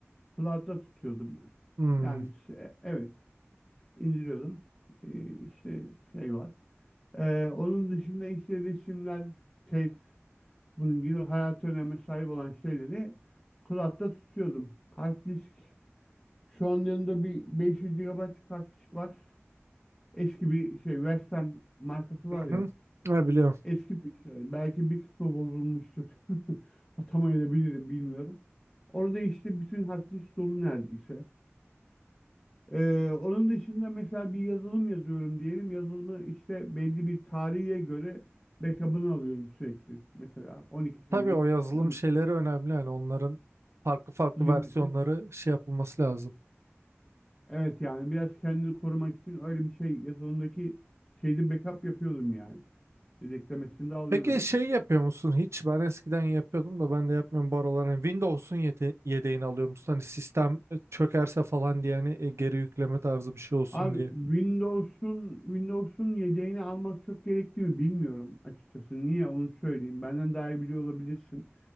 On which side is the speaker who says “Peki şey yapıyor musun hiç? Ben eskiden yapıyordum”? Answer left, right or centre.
Right